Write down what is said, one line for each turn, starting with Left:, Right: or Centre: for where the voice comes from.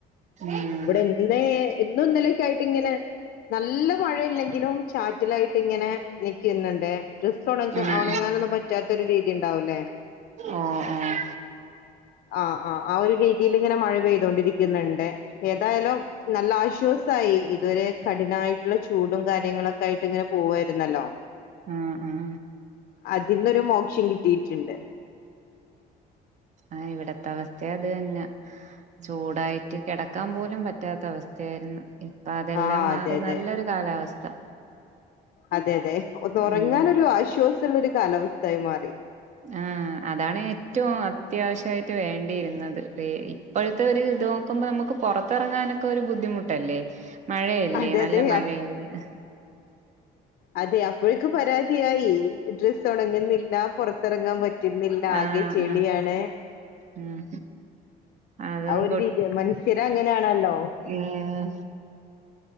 Right: ഉം
Left: ഇവിടെ ഇന്നേ ഇന്നും ഇന്നലൊക്കെയായിട്ട് ഇങ്ങനെ നല്ല മഴയില്ലെങ്കിലും ചാറ്റിലായിട്ട് ഇങ്ങനെ നിക്കുന്നുണ്ട് ഡ്രസ്സ് ഉണ
Right: ആഹ്
Left: ഉണങ്ങാനൊന്നും പറ്റാത്ത ഒരു രീതി ഉണ്ടാവുല്ലേ.
Right: ആഹ് ആഹ്
Left: ആഹ് ആഹ് ആ ഒരു രീതിയിൽ ഇങ്ങനെ മഴ പെയ്തൊണ്ടിരിക്കുന്നുണ്ട് ഏതായാലും നല്ല ആശ്വാസമായി ഇതുവരെ കഠിനമായിട്ടുള്ള ചൂടും കാര്യങ്ങളൊക്കെ ആയിട്ട് ഇങ്ങനെ പോവായിരുന്നല്ലോ.
Right: ആഹ് ആഹ്
Left: അതിന്നൊരു മോക്ഷം കിട്ടിയിട്ടുണ്ട്.
Right: ആ ഇവിടത്തെ അവസ്ഥ അത് തന്നെ ചൂടായിട്ട് കിടക്ക ക്കാൻ പോലും പറ്റാത്ത അവസ്ഥയായിരുന്നു ഇപ്പൊ അതെല്ലാം
Left: ആഹ്
Right: മാറി
Left: അതെ അതെ
Right: നല്ലൊരു കാലാവസ്ഥ.
Left: അതെ അതെ ഒന്ന് ഉറങ്ങാൻ
Right: ഉം
Left: ഒരു ആശ്വാസമുള്ള ഒരു കാലാവസ്ഥായി മാറി.
Right: ആ അതാണ് ഏറ്റവും അത്യാവശ്യമായിട്ട് വേണ്ടിയിരുന്നത്. ഇപ്പോഴത്തെ ഒരു ഇത് നോക്കുമ്പോ നമുക്ക് പുറത്തിറങ്ങാനൊക്കെ ഒരു ബുദ്ധിമുട്ടല്ലേ. മഴയല്ലേ
Left: അതെ
Right: നല്ല
Left: അതെ
Right: മഴയല്ലേ
Left: അപ്- അതെ അപ്പോഴക്ക് പരാതിയായി ഡ്രസ്സ് ഒണങ്ങുന്നില്ല പുറത്തിറങ്ങാൻ പറ്റു പറ്റുന്നില്ല
Right: ആഹ്
Left: ആകെ ചെളിയാണ്.
Right: ആഹ് ഉം അതും
Left: ആ ഒരു രീതി മനുഷ്യര് അങ്ങനെയാണല്ലോ
Right: ഏഹ്